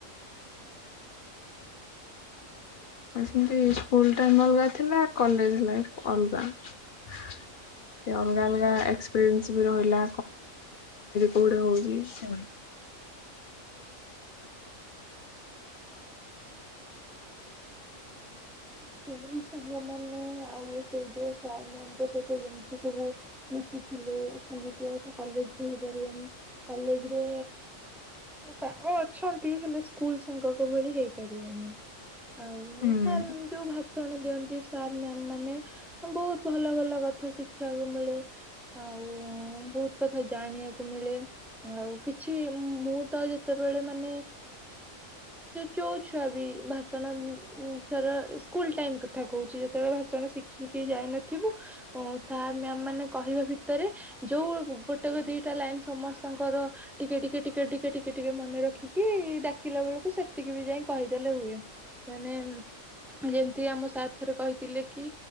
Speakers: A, on the left; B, in the centre.
A: ଆ ସେମତି ସ୍କୁଲ ଅଲଗା ଥିଲା। କଲେ ଲ ଅଲଗା ସେ ଅଲଗା ଅଲଗା ରହିଲା କୋଉ ହଉ
B: <unintelligible> ସେଇ ସାଙ୍ଗମାନେ ଆଉ ସେ ଯୋଉ ସାର୍ ମ୍ୟାଙ୍କ ସହିତ ଯେମିତି ସବୁ ମିଶିଥିଲେ ସେମିତି ଆଉ ତ କଲେଜରେ ହେଇପାରିଲାନି କଲେଜରେ ସାଙ୍ଗ ଅଛନ୍ତି। ହେଲେ ସ୍କୁଲ ସାଙ୍ଗକ ଭଳି ହେଇପାରିବେନି ଆଉ କାଲ
A: ହୁଁ
B: ଯୋଉ ଭା ଭାଷଣ ଦିଅନ୍ତି ସାର୍ ମ୍ୟାମ ମାନେ ବହୁତ ଭଲ ଭଲ କଥା ଶିଖିବାକୁ ମିଳେ। ଆଉ ବହୁତ କଥା ଜାଣିବାକୁ ମିଳେ ଆଉ କିଛି ମୁଁ ତ ଯେତେବେଳେ ମାନେ ଚୋଛୁଆ ବି ଭାଷଣ ର ସ୍କୁଲ ଟାଇ କଥା କହୁଛି ଯେତେବେଳେ ଭାଷଣ ଶିଖି ଶିଖି ଯାଇନଥିବୁ ସାର୍ ମ୍ୟାମ୍ ମାନେ କହିବା ଭିତରେ ଯୋଉ ଗୋଟେ ଦିଟା ଲାଇନ ସମସ୍ତଙ୍କର ଟିକେ ଟିକେ ଟିକେ ଟିକେ ଟିକେ ଟିକେ ମନେ ରଖିକି ଡାକିଲା ବେଳକୁ ସେତିକି ବି ଯାଇ କହିଦେଲେ ହୁଏ। ମାନେ ଯେମିତି ଆମ ସାର୍ ଥରେ କହିଥିଲେ କି